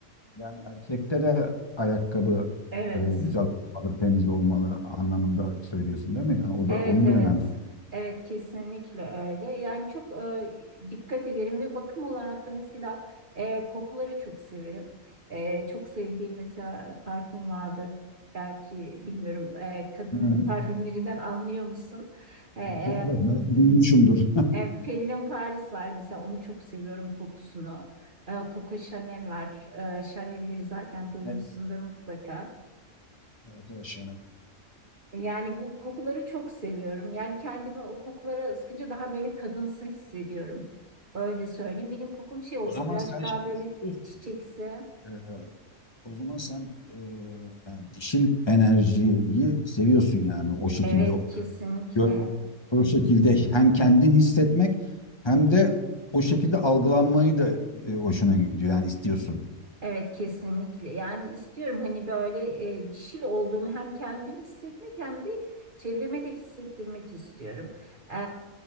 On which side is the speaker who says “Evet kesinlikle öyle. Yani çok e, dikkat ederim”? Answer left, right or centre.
Right